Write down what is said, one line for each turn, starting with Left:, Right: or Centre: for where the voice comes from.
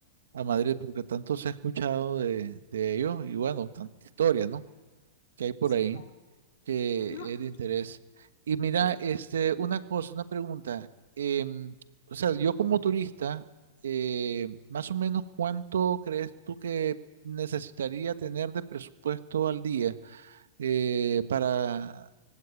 Right: a Madrid, porque tanto se ha escuchado de, de ello y bueno, tanta historia, ¿no? Que hay por
Left: Sí,
Right: ahí.
Left: claro.
Right: que
Left: No,
Right: es de interés. Y mira,
Left: sí,
Right: este, una cosa, una pregunta. em, o sea, yo como turista, eh, más o menos cuánto crees tú que necesitaría tener de presupuesto al día eh, para,